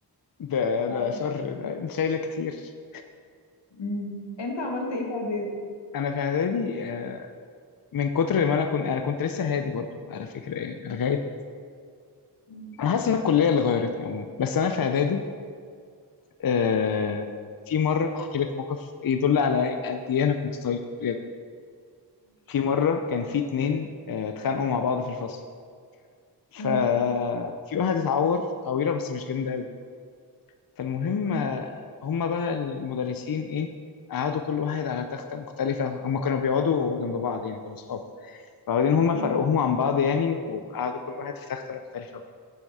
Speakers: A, on the left; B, on the left.
A: ده
B: <laughs> أقعد.
A: ده شر ده انت شايله كتير
B: أمم. انت عملت ايه في اعدادي
A: انا في اعدادي آه، من كتر ما انا كنت انا كنت لسه هادي برضو على فكره يعني لغايه
B: أمم.
A: انا حاسس ان الكليه اللي غيرتني عموما بس انا في اعدادي آه في مره احكي لك موقف يدل على قد ايه انا كنت طيب بجد في مره كان في اتنين آه، اتخانقوا مع بعض في الفصل ففي
B: أمم.
A: واحد اتعور تعويره بس مش جامده قوي فالمهم
B: أمم.
A: آه، هما بقى المدرسين ايه قعدوا كل واحد على تخته مختلفه هما كانوا بيقعدوا جنب بعض يعني كانوا اصحاب فبعدين هما
B: أمم.
A: فرقوهم عن بعض يعني وقعدوا كل واحد في تخته مختلفه